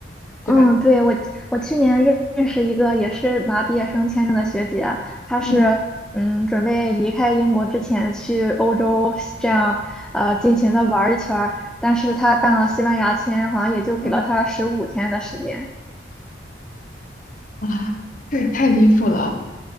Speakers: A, on the left; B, in the centre.
A: 对吧？
B: 嗯，对，我我去年认认识一个也是拿毕业生签证的学姐，她是嗯准备离开英国之前去欧洲这样呃尽情的玩儿一圈儿，
A: 嗯
B: 但是她办了西班牙签，好像也就给了她十五天的时间。
A: 嗯哇，这也太离谱了，